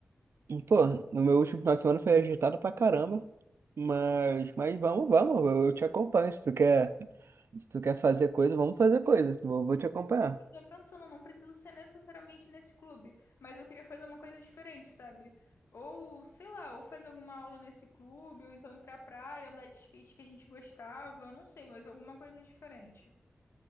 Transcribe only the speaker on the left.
Eu tô pensando, não preciso ser necessariamente nesse clube, mas eu queria fazer uma coisa diferente, sabe? Ou, sei lá, ou fazer alguma aula nesse clube, ou então ir pra praia, andar de skate que a gente gostava, eu não sei, mas alguma coisa diferente.